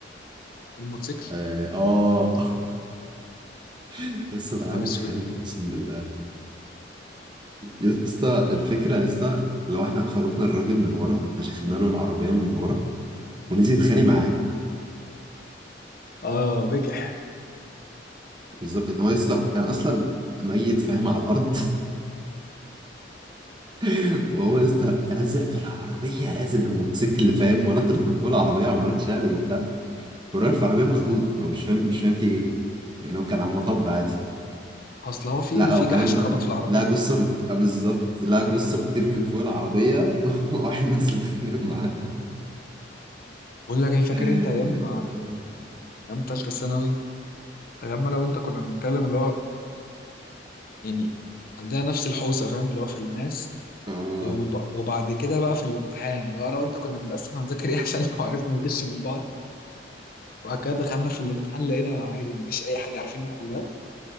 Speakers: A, on the left; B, on the right.
A: بالموتوسيكل
B: اه آه. <laughs> يا اسطى ده
A: يا
B: عيل
A: نهار
B: متخلف
A: اسود
B: اقسم بالله يا اسطى الفكره يا اسطى لو احنا خبطنا الراجل من ورا فشخنا له العربيه من ورا ونزل يتخانق معاه
A: <laughs> اه بجح
B: بالظبط اللي هو يا اسطى انا اصلا ميت فاهم على الارض <laughs> وهو يا اسطى رازق في العربيه رازق بالموتوسيكل فاهم وانا طرت فوق العربيه وعمال اتشقلب وبتاع كان راكب في عربية مخضوض هو مش فاهم مش فاهم في ايه يعني هو كان على المطب عادي
A: اصل هو في
B: لا
A: في
B: هو فاهم
A: جحش خبط في العربيته
B: <laughs> لا جثة بت... آه بالظبط لا جثة بتطير من فوق العربية <laughs> واحد نازل يتخانق معاها
A: بقول لك ايه فاكر
B: اه
A: انت ايام ايام تالتة ثانوي ايام ما انا وانت كنا بنتكلم اللي هو يعني عندنا نفس الحوسه فاهم اللي هو في الماس
B: <laughs> آه.
A: وب... وبعد كده بقى في الامتحان اللي هو انا وانت كنا بنقسم هنذاكر ايه <laughs> عشان لو عرفنا نغش من بعض وبعد كده دخلنا في الامتحان لقينا عادي مفيش اي حاجه عارفين نحلها